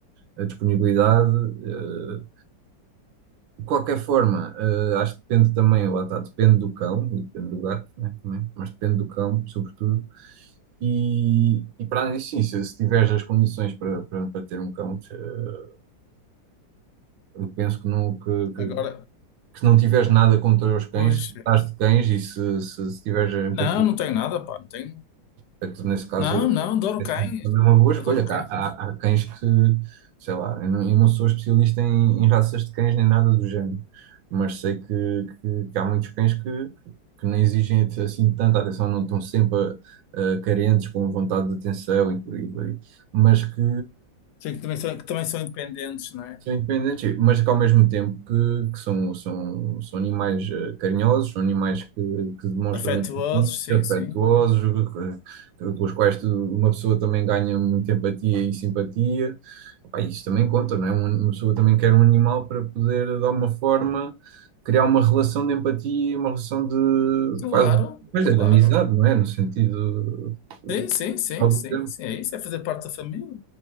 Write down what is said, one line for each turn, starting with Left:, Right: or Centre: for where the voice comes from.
Right: a disponibilidade. eh, de qualquer forma, eh, acho que depende também, lá está, depende do cão e depende do gato, né, também, mas depende do cão, sobretudo. E, e para além disso, sim, se, se tiveres as condições para, para, para ter um cão, eh, eu penso que não, que, que,
Left: Agora,
Right: que se não tiveres nada contra os cães,
Left: Pois.
Right: se gostares
Left: é isso.
Right: de cães e se, se, se tiveres empatia
Left: Não, não tenho nada, pá. Não tenho.
Right: Portanto, nesse caso,
Left: Não,
Right: eu-
Left: não, adoro
Right: é
Left: cães.
Right: sempre também uma boa escolha.
Left: Adoro
Right: que
Left: cães.
Right: Há, há, há cães que, sei lá, eu não, eu não sou especialista em, em raças de cães nem nada do género, mas sei que, que, que há muitos cães que, que não exigem assim tanta atenção, não estão sempre ah, carentes, com vontade de atenção e por aí vai. Mas que
Left: Sim, que também são, que também são independentes, não é?
Right: são independentes, mas que ao mesmo tempo que, que são, são, são animais eh, carinhosos, são animais que, que demonstram
Left: Afetuosos,
Right: empatia,
Left: sim,
Right: afetuosos,
Left: sim.
Right: que- que- com os quais tu- uma pessoa também ganha muita empatia e simpatia. Pá, isso também conta, não é? Um- Uma pessoa também quer um animal para poder, de alguma forma, criar uma relação de empatia, uma relação de
Left: Claro,
Right: quase, mas
Left: claro.
Right: é de amizade, não é? No sentido eh,
Left: Sim, sim, sim,
Right: geral
Left: sim,
Right: do termo,
Left: sim. É isso, é fazer parte da família.